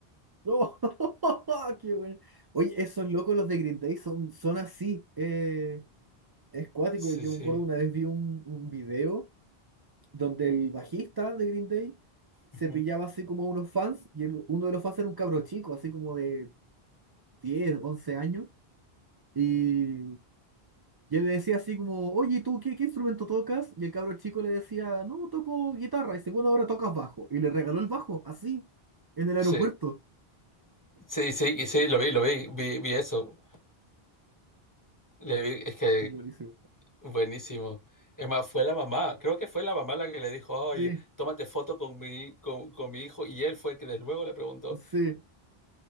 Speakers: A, on the right; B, on the left.
A: Oh, <laughs> qué buena. Oye, esos locos los de Green Day son, son así. Eh, es cuático.
B: Sí,
A: Yo
B: sí.
A: me acuerdo una vez vi un, un video. donde el bajista de Green Day se
B: Ujú.
A: pillaba así como a unos fans, y el- uno de los fans era un cabro chico, así como de 10 11 años, y, y él le decía así como, oye, ¿tú qué, qué instrumento tocas? Y el cabro chico le decía, no, toco guitarra, y dice, bueno, ahora tocas bajo, y le regaló el bajo, así, en el aeropuerto.
B: Sí, sí, sí, y sí, lo vi, lo vi, vi, vi eso. Le vi- es que
A: Son buenísimos.
B: que buenísimo. Es más, fue la mamá, creo que fue la mamá la que le dijo, oye,
A: Sí,
B: tómate foto con mi, con, con mi hijo, y él fue el que de luego le preguntó.
A: sí,